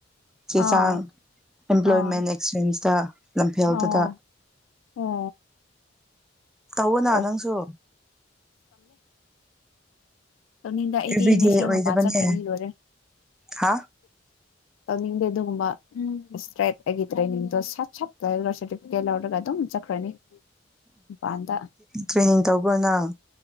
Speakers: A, in the centre; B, on the left.
A: ꯆꯦ
B: ꯑꯥ
A: ꯆꯥꯡ ꯑꯦꯝꯄ꯭ꯂꯣꯏꯃꯦꯟ
B: ꯑꯥ
A: ꯑꯦꯛꯆꯦꯟꯖꯇ ꯂꯝꯐꯦꯜꯗꯨꯗ
B: ꯑꯣ ꯑꯣ
A: ꯇꯧꯑꯣꯅ
B: ꯑꯣ
A: ꯅꯪꯁꯨ
B: ꯇꯧꯅꯤꯗ ꯑꯩꯗꯤ
A: ꯑꯦꯕ꯭ꯔꯤꯗꯦ
B: ꯅꯦꯛꯁ ꯌꯔ
A: ꯑꯣꯏꯗꯕꯅꯦ
B: ꯃꯄꯥꯟ ꯆꯠꯈ꯭ꯔꯅꯤ ꯂꯣꯏꯔꯦ
A: ꯍꯥ
B: ꯇꯅꯤꯡꯗꯦ ꯑꯗꯨꯒꯒꯨꯝꯕ ꯎꯝ ꯍꯁ꯭ꯔꯥꯏ ꯍꯥꯏꯗ꯭ꯔꯦꯅꯤ <unintelligible> ꯁꯠ ꯁꯠ ꯇꯎꯔꯥ ꯁꯥꯔꯇꯤꯐꯤꯀꯦꯠ ꯂꯧꯔꯒ ꯑꯗꯨꯝ ꯆꯠꯈ꯭ꯔꯅꯤ ꯃꯄꯥꯟꯗ
A: ꯇ꯭ꯔꯦꯅꯤꯡ ꯇꯧꯕꯅꯪ